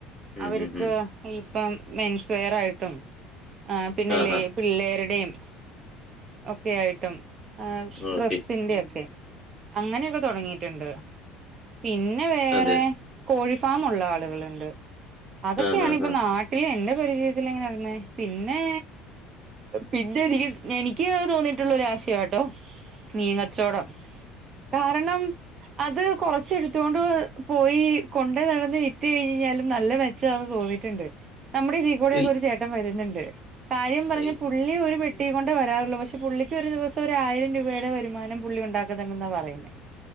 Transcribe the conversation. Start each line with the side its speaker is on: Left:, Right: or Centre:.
Centre: ഹും,
Right: അവര്ക്ക്
Centre: ഹും, ഹും.
Right: ഇപ്പം മെൻസ്വെയർ ആയിട്ടും ആഹ് പിന്നെ
Centre: ആഹാ!
Right: ലെ പിള്ളേരുടേം ഒക്കെയായിട്ടും ആഹ്
Centre: ഓക്കെ.
Right: ഡ്രെസ്സിന്റെയെക്കെ അങ്ങനെയൊക്കെ തൊടങ്ങിട്ടുണ്ട് പിന്നെ വേറെ
Centre: അതെ.
Right: കോഴിഫാം ഉള്ള ആളുകളുണ്ട് അതൊക്കെയാണ്
Centre: ആഹാഹാ!
Right: ഇപ്പൊ നാട്ട <unintelligible> എന്റെ പരിചയത്തിൽങ്ങനെ നടന്നേ പിന്നെ പിന്നെ എനിക്ക് എനിക്ക് തോന്നിയിട്ടുള്ള ഒരാശയാട്ടോ മീൻകച്ചോടം കാരണം അത് കൊറ ച്ച് എടുത്തോണ്ട് പോയി കൊണ്ട നടന്ന് വിറ്റ് കഴിഞ്ഞ് കഴിഞ്ഞാലും നല്ല മെച്ചമാന്ന് തോന്നിട്ടുണ്ട് നമ്മുടെ ഇതികൂടെയൊക്കെ
Centre: ഇൽ
Right: ഒരു ചേട്ടൻവരുന്നുണ്ട് കാര്യം പറഞ്ഞ
Centre: എ
Right: പുള്ളി ഒരു പെട്ടി
Centre: എ
Right: കൊണ്ട് ണ്ടേ വരാറുള്ളൂ പക്ഷെ പുള്ളിക്ക് ഒരു ദിവസം ഒരു ആയിരം രൂപയുടെ വരുമാനം പുള്ളി ഉണ്ടാക്കുന്നുണ്ടെന്നാ പറയുന്നേ